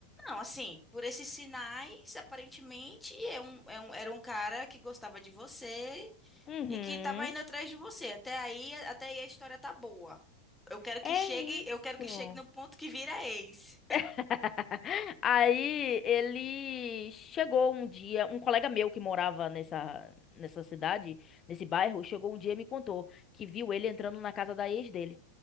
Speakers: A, in the centre; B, on the left (about 25°).
A: Não, assim, por esses sinais, aparentemente, é um, é um- era um cara que gostava de você
B: Uhum.
A: E que tava indo atrás de você. Até aí, até aí a história tá boa. Eu quero
B: É
A: que chegue,
B: isso.
A: eu quero que chegue no ponto que vira ex.
B: <laughs> Aí ele chegou um dia, um colega meu que morava nessa, nessa cidade, nesse bairro, chegou um dia e me contou que viu ele entrando na casa da ex dele.